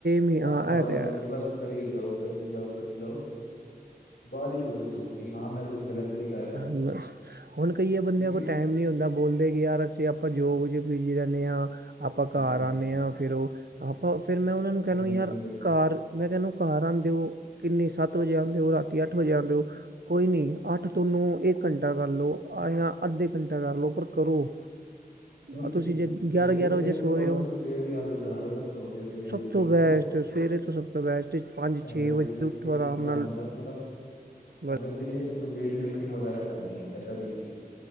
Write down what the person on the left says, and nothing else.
ਅੱਖਾਂ ਬੰਦ
ਕਰਕੇ,
ਬਸ ਕਰੀ ਜਾਓ, ਕਰੀ ਜਾਓ, ਕਰੀ ਜਾਓ। ਬਾਦ ਵਿੱਚ ਚੋਂ ਪੁੱਛੋ, ਕਿ ਹਾਂ ਮੈਂ ਕੁੱਝ ਗਲਤ ਨਹੀਂ ਕਰ ਰਿਹਾ
ਕਿਉਂਕਿ
ਹਾਂਜੀ
ਹਾਂਜੀ
ਹਿੰਮਤ
ਹੀ ਨਹੀਂ ਬਚਦੀ
ਨਈ
ਸਵੇਰੇ
ਮੇਰੇ
ਅਕੋਰਡਿੰਗ
ਤੋਂ ਸਵੇਰ ਦੀ ਆਦਤ ਬਣਾ ਲਓ। ਸਭ ਤੋਂ ਵਧੀਆ ਸਵੇਰੇ
ਜਲਦੀ
ਉੱਠੋ।
ਐਨਰਜੀ
ਟਿਕ
ਇਨਸਾਨ
ਹੁੰਦਾ ਪੂਰਾ।
ਅਗਰ ਜੀਹਨੇ ਕੋਈ ਵੇਟ ਲਿਫਟਿੰਗ ਵਗੈਰਾ ਕਰਨੀ ਹੈ, ਏਦਾਂ ਦੀ ਚੀਜ਼।